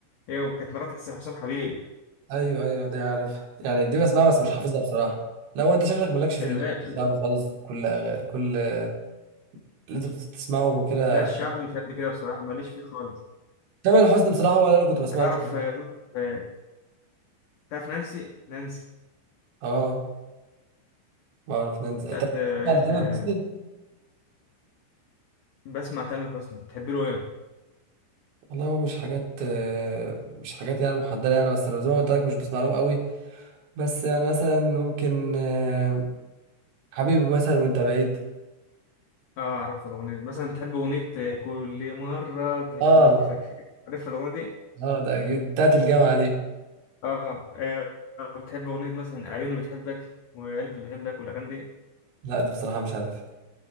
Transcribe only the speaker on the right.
ايوه ايوه دي عارف يعني دي بسمعها بس مش حافظها بصراحه لو انت شكلك مالكش في
الاغاني
الشعب <laughs> خالص كل أغ... كل اللي انت بتسمعهم وكده
تامر حسني بصراحه ولا انا كنت بسمعه
مش
اه بعرف ننزل انت
انت
بتسمع لتامر حسني
والله هو مش حاجات آه، مش حاجات يعني محدده يعني بس انا زي ما قلت لك مش بسمع لهم قوي بس يعني مثلا ممكن آه، حبيبي مثلا وانت بعيد
اه
اه ده اكيد بتاعت الجامعه دي
لا دي بصراحه مش عارف